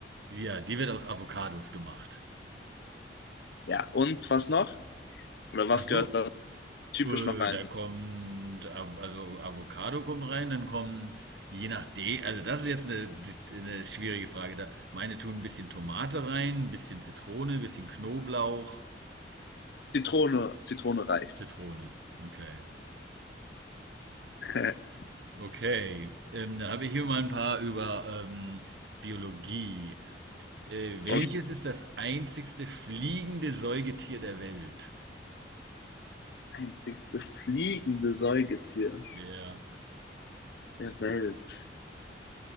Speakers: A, on the right; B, on the left.
A: Ja, die wird aus Avocados gemacht.
B: Ja, und was noch? Oder was
A: Ach so,
B: gehört da typisch
A: äh,
B: noch rein?
A: da kommt, Av- also Avocado kommt rein, dann kommt, je nach D, also das ist jetzt eine, eine schwierige Frage da. Meine tun ein bisschen Tomate rein, ein bisschen Zitrone, ein bisschen Knoblauch,
B: Zitrone, Zitrone reicht.
A: Zitrone. Okay.
B: <laughs>
A: Okay. Ähm, dann habe ich hier mal ein paar über ähm, Biologie. Äh, welches
B: okay.
A: ist das einzigste fliegende Säugetier der Welt?
B: Einzigste fliegende Säugetier
A: Ja.
B: der Welt.